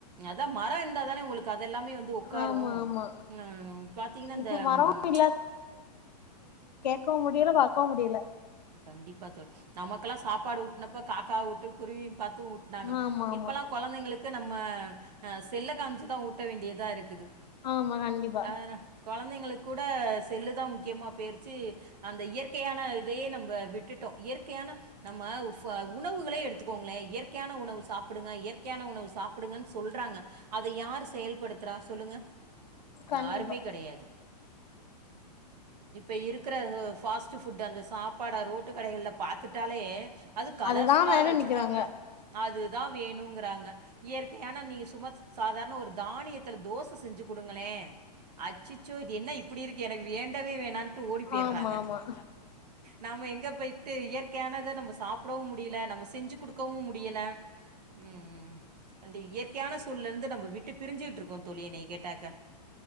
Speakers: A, on the right; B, on the left.
A: அதா மரொ இருந்தாதானே உங்களுக்கு இதெல்லாமே வந்து உக்காரு
B: ஆமா ஆமா
A: ம் பாத்தீங்ன்னா இந்த
B: இப்ப மரம்
A: ம்
B: க்கவும் முடியல பாக்கவு முடியல
A: கண்டிப்பா தோழி நமக்கெல்லா சாப்பாடு வூட்டுனப்ப காக்கா வுட்டு குருவி பாத்து ஊட்னாங்க
B: ஆமா ஆமா
A: இப்பல்லா கொழந்தைங்களுக்கு நம்ம அ செல்ல காமிச்சுதா ஊட்ட வேண்டியதா இருக்குது
B: ஆமா கண்டிப்பா
A: ஆ கொழந்தைங்களுக் கூட செல்லு தா முக்கியமா பேயிருச்சி அந்த இயற்கையான இதையே நம்ம ம்ப விட்டுட்டோ இயற்கையான நம்ம உணவுகளே எடுத்துக்கோங்களே இயற்கையான உணவு சாப்பிடுங்க இயற்கையான உணவு சாப்பிடுங்கன் சொல்றாங்க அத யார் செயல்படுத்துறா சொல்லுங்க
B: கண்டிப்பா
A: யாருமே கெடையாது இப்ப இருக்குற ஃபாஸ்ட் ஃபுட் அந்த பாட ரோட்டு கடைகள்ல பார்த்துட்டாலே அது கலர்ஃபுல்லா
B: அதுதா வேணு
A: வேற வச்சிருக்காங்களா
B: நிக்கிறாங்க
A: அது இதா வேணுங்கிறாங்க இயற்கையான நீங்க சும்மா சாதாரன ஒரு தானியத்தில தோச செஞ்சு குடுங்களே ஏ அச்சச்சோ இது என்ன இப்புடி இருக்கு எனக்கு வேண்டவே வேண்டான்டு ஓடி பேய்றாங்க
B: ஆமா ஆமா
A: நாம எங்க பேய்ட்டு இயற்கையானத நம்ப சாப்டவு முடியில நம்ப செஞ்சு குடுக்கவு முடியல ம் ம் ம் அந்த இயற்கையான சூழ் இருந்து நம்ப விட்டு பிரிஞ்சுகிட்டு இருக்கோ தோழி என்னைய கேட்டாக்கா